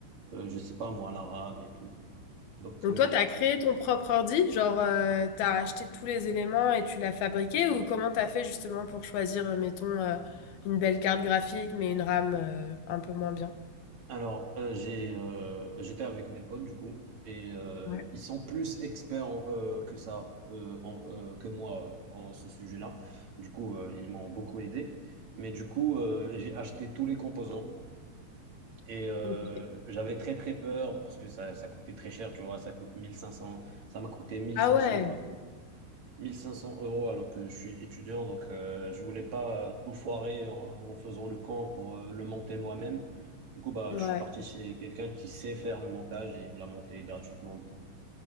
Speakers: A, on the right; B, on the left.
A: euh, je sais pas moi, l'arabe et tout. Donc,
B: Donc
A: euh,
B: toi, tu as créé ton propre ordi, genre euh, tu as acheté tous les éléments et tu l'as fabriqué ou comment tu as fait justement pour choisir, euh, mettons, euh, une belle carte graphique mais une RAM euh, un peu moins bien?
A: alors, euh, j'ai, euh, j'étais avec mes potes, du coup, et euh,
B: Ouais.
A: ils sont plus experts en, euh, que ça, euh, en- euh, que moi, euh, en ce sujet-là. Du coup, euh, ils m'ont beaucoup aidé. Mais du coup, euh, j'ai acheté tous les composants et euh,
B: Ok.
A: j'avais très, très peur parce que ça, ça coûtait très cher, tu vois, ça coûte mille cinq cents ça m'a coûté mille
B: Ah
A: cinq
B: ouais,
A: cents euros. 1500 euros alors que je suis étudiant, donc euh, je voulais pas tout foirer en, en faisant le camp pour euh, le monter moi-même. Du coup, bah,
B: ouais.
A: je suis parti chez quelqu'un qui sait faire le montage et il me l'a monté gratuitement, du coup.